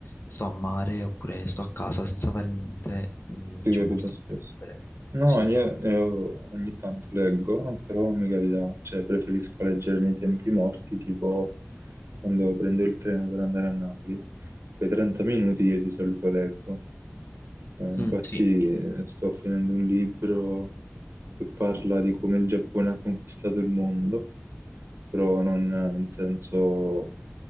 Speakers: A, on the left; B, on the right.
A: sto a mare oppure sto a casa senza fare niente, mm,
B: ti
A: c'ho
B: capita
A: molto
B: spesso.
A: tempo libero.
B: No,
A: Sì,
B: io
A: sì.
B: eh, ogni tanto leggo, però mi capita, cioè preferisco leggere nei tempi morti, tipo quando prendo il treno per andare a Napoli. Quei 30 minuti io di solito leggo. Eh, infatti
A: Mm, sì.
B: eh, sto finendo un libro che parla di come il Giappone ha conquistato il mondo, però non eh, in senso